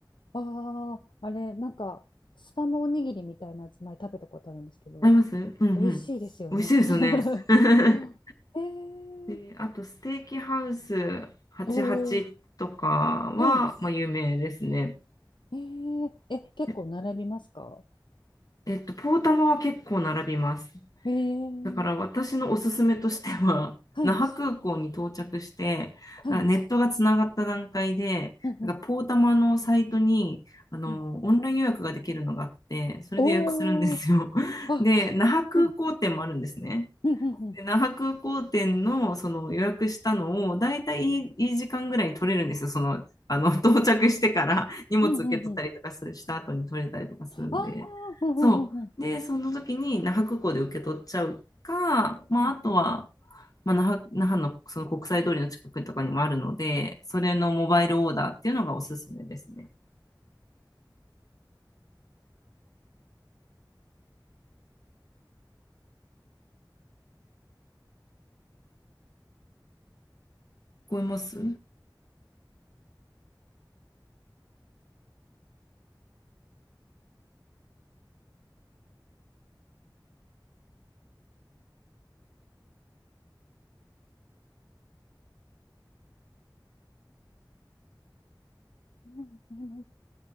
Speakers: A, on the left (about 75°); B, on the left (about 50°).
A: ああ、あれ、なんか、スパムおにぎりみたいなやつ前食べたことあるんですけど、
B: ありますうんうん。
A: 美味しいですよね。
B: 美味しいですよね。
A: <laughs>
B: <laughs>
A: あえー、
B: で、あと、ステーキハウス88とかは、
A: おお、はい。
B: まあ、有名ですね。
A: えー、え、結構並びますか
B: ええっと、ポータマは結構並びます。
A: えー、
B: だから、私のおすすめとしては、<laughs>
A: はい、
B: 那覇空港に到着して、
A: はい。
B: なんかネットがつながった段階で、
A: うんうん、
B: なんかポータマのサイトにあのオンライン予約ができるのがあって、
A: うん。
B: それで予約するんですよ。
A: おお、
B: <laughs>
A: あ、
B: で、那覇空港店もあるんですね。
A: はい。うんうんうん。
B: で那覇空港店のその予約したのを、だいたいいいい時間ぐらいに取れるんですよ。その、あの、<laughs> 到着してから <laughs> 荷物受け取ったりとかする、
A: うんうんうん。
B: した後に取れたりとかするんで。
A: ああ、うんうんうんうん。
B: そう。で、その時に那覇空港で受け取っちゃうか、まあ、
A: うんう
B: あとは、まあ、那覇、那覇のその国際通りの近くとかにもあるので、それのモバイルオーダーっていうのがおすすめですね。聞こえます
A: ん